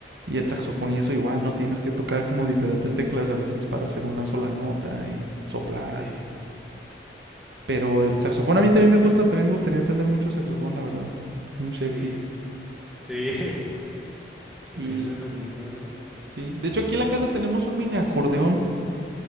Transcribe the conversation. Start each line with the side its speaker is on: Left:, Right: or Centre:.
Right: Y el saxofón y eso igual, ¿no? Tienes que tocar como diferentes teclas a veces para hacer una sola nota y soplar.
Centre: sí,
Right: Pero el saxofón a mí también me gusta, también me gustaría aprender mucho saxofón, la verdad. Muy sexy.
Centre: sí, sí, <laughs>
Right: Y
Centre: ese sonido, ¿verdad?
Right: sí, de hecho aquí en la casa tenemos un mini acordeón.